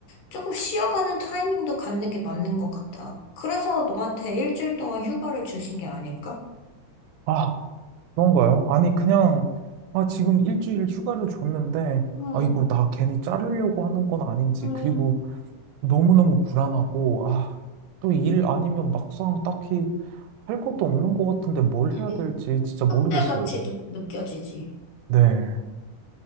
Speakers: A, on the left; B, on the right.
A: 조금 쉬어가는 타이밍도 갖는 게 맞는 것 같아. 그래서 너한테 일주일 동안 휴가를 주신 게 아닐까?
B: 아, 그런가요? 아니, 그냥, 아, 지금 일주일 휴가를 줬는데,
A: 응,
B: 아, 이거 나 괜히 자르려고 하는 건 아닌지,
A: 음,
B: 그리고 너무너무 불안하고, 아, 또 일 아니면 막상 딱히 할 것도 없는 것 같은데 뭘
A: 그치.
B: 해야 될지 진짜
A: 그때같이
B: 모르겠어요.
A: 느, 느껴지지.
B: 네.